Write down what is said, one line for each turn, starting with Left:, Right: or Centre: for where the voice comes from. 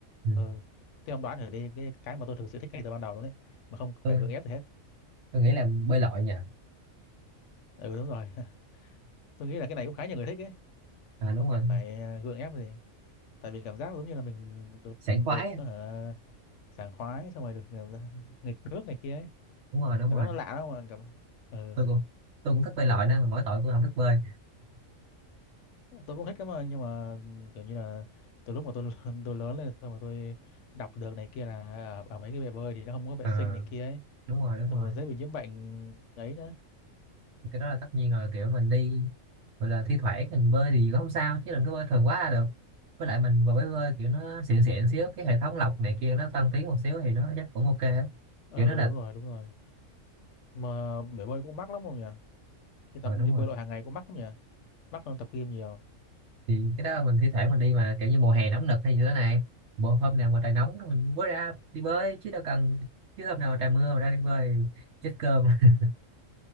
Right: ừ.
Left: Ờ, thế ông đoán thử đi cái cái mà tôi thực sự thích ngay từ ban đầu luôn đấy mà không
Right: tôi
Left: phải gượng ép gì hết
Right: tôi nghĩ là bơi lội nhỉ
Left: Ừ đúng rồi. <laughs> Tôi nghĩ là cái này cũng khá nhiều người thích ấy,
Right: à đúng
Left: không cần
Right: rồi
Left: phải ờ, gượng ép gì. Tại vì cảm giác giống như là mình được
Right: sảng
Left: được
Right: khoái
Left: ờ, sảng khoái xong rồi được ờ, nghịch nước này kia ấy.
Right: đúng rồi đúng
Left: Cảm
Right: rồi
Left: giác nó lạ lắm mà cảm ừ.
Right: tôi cũng tôi cũng thích bơi lội nên mà mỗi tội tôi không thích bơi
Left: Tôi cũng thích lắm mà nhưng mà kiểu như là từ lúc mà tôi <laughs> tôi lớn lên xong mà tôi đọc được này kia là ở, ở mấy cái bể bơi thì nó không có vệ
Right: Ờ,
Left: sinh này kia ấy,
Right: đúng rồi đúng
Left: xong
Right: rồi
Left: rồi dễ bị nhiễm bệnh ấy nữa.
Right: cái đó là tất nhiên rồi kiểu mình đi gọi là thi thoảng mình bơi thì cũng không sao chứ đừng có bơi thường quá là được với lại mình vừa mới bơi kiểu nó xịn xịn xíu cái hệ thống lọc này kia nó tân tiến một xíu thì nó chắc cũng ok á.
Left: Ừ
Right: kiểu nó là
Left: đúng rồi, đúng rồi. Mà bể bơi cũng mắc lắm không nhỉ? Thì tắm
Right: ờ đúng
Left: đi bơi
Right: rồi
Left: lội hàng ngày cũng mắc lắm nhỉ? Mắc hơn tập gym nhiều.
Right: thì cái đó mình thi thoảng mình đi mà kiểu như mùa hè nóng nực hay như thế này bộ hôm nào mà trời nóng mình mới ra đi bơi chứ đâu cần chứ hôm nào mà trời mưa mà ra đi bơi chết cơm <laughs>